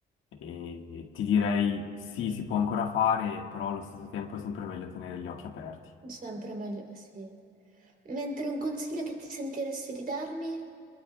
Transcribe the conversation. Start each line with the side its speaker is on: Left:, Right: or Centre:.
Left: E ti direi sì, si può ancora fare, però allo stesso tempo è sempre meglio tenere gli occhi aperti.
Right: sempre meglio, sì. Mentre un consiglio che ti sentiresti di darmi